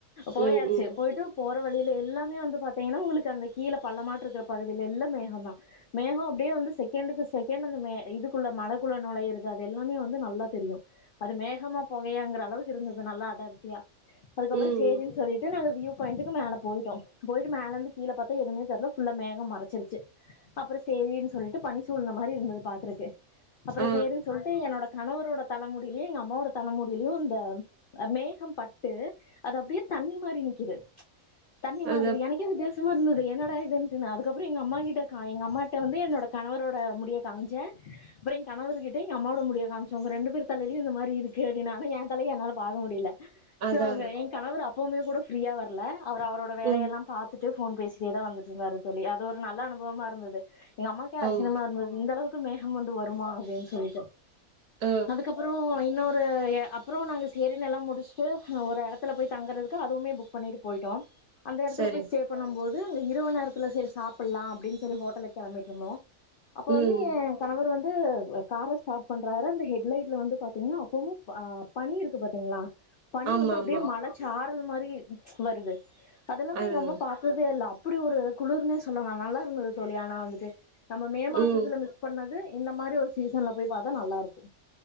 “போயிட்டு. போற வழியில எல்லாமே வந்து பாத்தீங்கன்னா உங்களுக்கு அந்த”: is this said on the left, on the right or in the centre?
Left